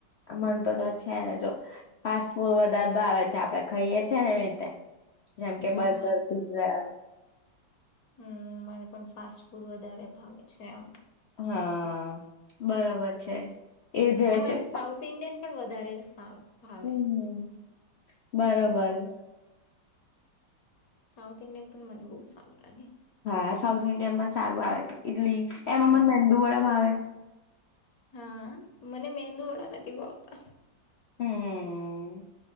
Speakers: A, on the left; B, on the left.
A: મન તો તો છે ને જો ફાસ્ટ ફૂડ વધારે ભાવે છે આપડે ખાઈએ છીએ ને એવી રીતે. જેમ
B: હમ
A: કે બર્ગર, પિઝઝા.
B: હમ્મ મને પણ ફાસ્ટ ફૂડ વધારે ભાવે છે એમ.
A: હા બરાબર છે. એ જે
B: પણ
A: રીતે
B: મને સાઉથ ઇન્ડિયન પણ વધ ધારે ફા ભાવે
A: હમ્મ બરોબર.
B: સાઉથ ઇન્ડિયન પણ મને બહુ સારું લાગે.
A: હા સાઉથ ઇન્ડિયન પણ સારું આવે છે. ઇટલી, એમાં
B: હમ
A: મને મેંદુ વાળા ભાવે.
B: હા મને મેંદુ વડા નથી ભાવત. <inaudible>
A: હમ્મ.